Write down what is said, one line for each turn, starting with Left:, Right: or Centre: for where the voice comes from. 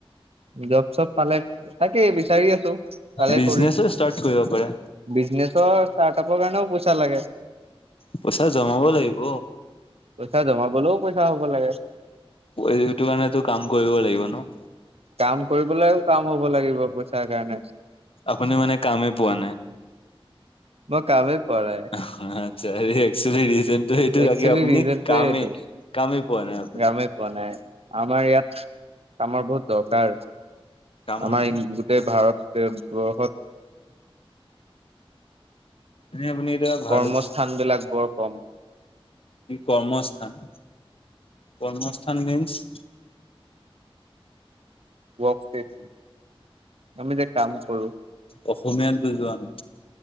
Right: জব চব পালে তাকেই বিচাৰি আছো পালে
Left: বিজনেচো
Right: কৰিম।
Left: ষ্টাৰ্ট কৰিব পাৰে
Right: বিজনেছৰ ষ্টাৰ্টআপৰ কাৰণেও পইছা লাগে।
Left: পইচা জমাব লাগিব।
Right: পইচা জমাবলেও পইচা হ'ব লাগে।
Left: পৈ এইটো কাৰণেটো কাম কৰিবই লাগিব ন।
Right: কাম কৰিবলৈও কাম হ'ব লাগিব পইচাৰ কাৰণে।
Left: আপুনি মানে কামেই পোৱা নাই।
Right: মই কামেই পোৱা নাই
Left: অঁহ আৎছা হেৰি একছোলি ৰিজনটো সেইটো
Right: একচুৱেলি
Left: লাগে আপুনি
Right: ৰিজনটোৱে
Left: কামেই-
Right: সেইটো
Left: কামেই পোৱা নাই আপুনি।
Right: কামেই পোৱা নাই আমাৰ ইয়াত কামৰ বহুত দৰকাৰ
Left: কামৰ
Right: আমাৰ-
Left: ন
Right: তেই ভাৰতবৰ্ষত।
Left: এনেই আপুনি এতিয়া ভালো
Right: কৰ্মস্থান বিলাক বৰ কম
Left: দি কৰ্মস্থান- কৰ্মস্থান মিনচ-
Right: ৱক ষ্টেট। আমি যে কাম কৰো,
Left: অসমীয়াত বুজোৱা নাই